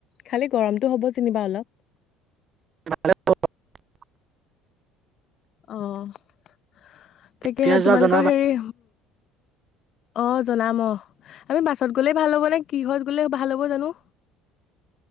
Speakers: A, on the left; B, on the right.
A: খালি গৰমটো হ'ব যেনিবা অলপ।
B: ভালে <unintelligible>
A: অহ'। তাকেহে
B: কেতিয়া যোৱা
A: তোমালোকৰ
B: জনাবা
A: হেৰি অ', জনাম অ', আমি বাছত গ'লে ভাল হ'ব নে কিহত গ'লে ভাল হ'ব জানো?